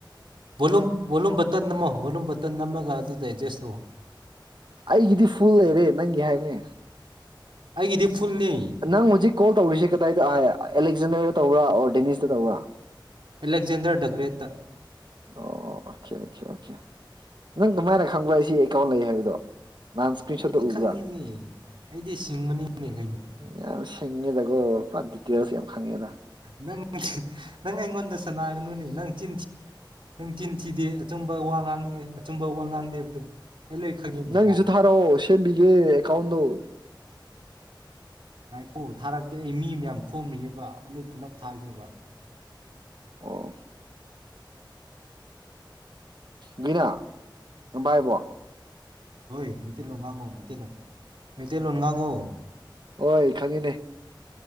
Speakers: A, on the right; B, on the right.
A: volume volume button ꯅꯝꯃꯣ ꯕꯣꯂꯨꯝ ꯕꯇꯟ ꯅꯝꯃꯒ ꯑꯗꯨꯗ ꯑꯦꯖꯁꯇꯧ
B: ꯑꯩꯒꯤꯗꯤ ꯐꯨꯜ ꯂꯩꯔꯦ ꯅꯪꯒꯤ ꯍꯥꯏꯕꯅꯦ
A: ꯑꯩꯒꯤꯗꯤ ꯐꯨꯜꯅꯤ
B: ꯅꯪ ꯍꯧꯖꯤꯛ ꯀꯣꯜ ꯇꯧꯔꯤꯁꯦ ꯀꯗꯥꯏꯗ ꯑꯦꯂꯦꯛꯖꯦꯟꯗꯔꯗ ꯇꯧꯕ꯭ꯔꯥ ꯑꯣꯔ ꯗꯦꯅꯤꯁꯇ ꯇꯧꯕ꯭ꯔꯥ
A: ꯑꯂꯦꯛꯖꯦꯟꯗꯔ ꯗꯒ꯭ꯔꯦꯠꯇ
B: ꯑꯣ ꯑꯣ ꯑꯣꯀꯦ ꯑꯣꯀꯦ ꯑꯣꯀꯦ ꯅꯪ ꯀꯃꯥꯏꯅ ꯈꯪꯕ ꯑꯩ ꯁꯤ ꯑꯩꯀꯥꯎꯟ ꯂꯩ ꯍꯥꯏꯕꯗꯣ ꯅꯍꯥꯟ ꯏꯁꯀ꯭ꯔꯤꯟ
A: ꯑꯩꯗꯤ
B: ꯁꯣꯠꯇ ꯎꯕ꯭ꯔꯥ
A: ꯈꯪꯉꯤꯅꯦ ꯑꯩꯗꯤ ꯁꯤꯡꯕꯅꯤꯅꯦ ꯀꯩꯅꯣ
B: ꯌꯥꯝ ꯁꯤꯡꯉꯦꯗꯀꯣ ꯄꯨꯔꯥ ꯗꯤꯇꯦꯜꯁ ꯌꯥꯝ ꯈꯪꯉꯦꯗ
A: ꯅ ꯅꯪ ꯑꯩꯉꯣꯟꯗ ꯁꯅꯥꯒꯅꯨꯅꯦ ꯅꯪ ꯊꯤ ꯆꯤꯟꯊꯤꯗꯦ ꯑꯆꯨꯝꯕ ꯋꯥ ꯉꯥꯡꯉꯦ ꯑꯆꯨꯝꯕ ꯋꯥ ꯉꯥꯡꯗꯦꯕꯗ ꯑꯩ ꯂꯣꯏ ꯈꯪꯉꯤꯅꯤ
B: ꯅꯪꯒꯤꯁꯨ
A: ꯚꯥꯏ
B: ꯊꯥꯔꯛꯑꯣ ꯁꯦꯝꯕꯤꯒꯦ ꯑꯦꯀꯥꯎꯟꯗ ꫭ
A: ꯃꯥꯏꯈꯣ ꯊꯥꯔꯛꯀꯦ ꯑꯩ ꯃꯤ ꯃꯌꯥꯝ ꯈꯣꯝꯂꯤꯑꯕ ꯂꯣꯏ ꯄꯨꯂꯞ ꯊꯥꯒꯦꯕ
B: ꯑꯣ ꯒꯤꯅꯥ ꯅꯕꯥꯏꯕꫭ
A: ꯍꯣꯏ ꯃꯤꯇꯤꯜꯂꯣꯟ ꯉꯥꯡꯑꫭ ꯃꯤꯇꯜꯂꫭꯟ꯫ ꯃꯩꯇꯩꯂꫭꯟ ꯉꯥꯡꯑꫭ꯫
B: ꯍꯣꯏ ꯈꯪꯉꯤꯅꯦ